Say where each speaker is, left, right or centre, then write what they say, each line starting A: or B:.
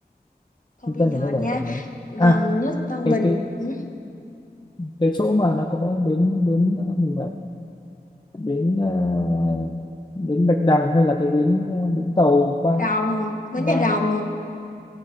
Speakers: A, on the left; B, on the left.
A: thôi
B: trung
A: bây
B: tâm
A: giờ
B: của nó là
A: nha
B: quận đấy
A: gần
B: à
A: nhất Tân
B: cái
A: Bình
B: cái
A: ừ?
B: cái chỗ mà nó có bến bến mình bảo vậy bến ờ, bến Bạch Đằng hay là cái bến ờ, bến tàu ba
A: Rồng Bến
B: ba
A: Nhà Rồng